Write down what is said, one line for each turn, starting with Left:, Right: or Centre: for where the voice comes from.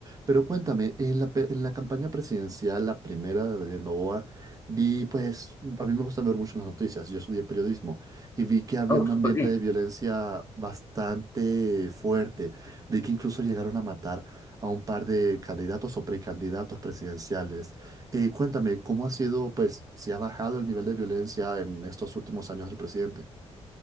Right: Pero cuéntame, en la, pe- en la campaña presidencial, la primera de Daniel Noboa, vi pues, a mí me gusta ver mucho las noticias, yo estudié periodismo y vi que había
Left: Ah,
Right: un ambiente
Left: súper bien.
Right: de violencia bastante fuerte. Vi que incluso llegaron a matar a un par de candidatos o precandidatos presidenciales. Eh, cuéntame, ¿cómo ha sido, pues, si ha bajado el nivel de violencia en estos últimos años del presidente?